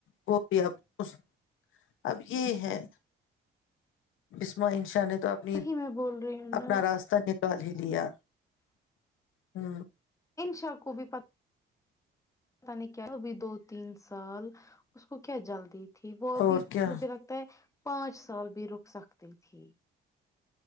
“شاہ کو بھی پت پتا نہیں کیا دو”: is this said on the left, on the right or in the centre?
Left